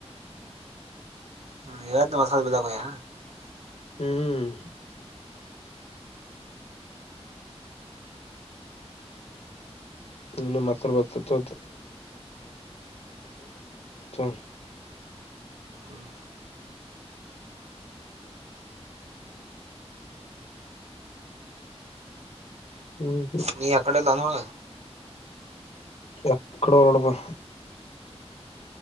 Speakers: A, on the right; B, on the left.
A: <unintelligible>
B: ಹ್ಮ್ ನಿನ್ನ ಮತ್ತ ಬರ್ತ <unintelligible>
A: ಹ್ಮ್
B: ಹ್ಮ್
A: ನೀ ಅಕ್ಕಡೆಲ್ಲಾನಳ
B: ಎಕಡು ಹೋಗಳಪ್ಪ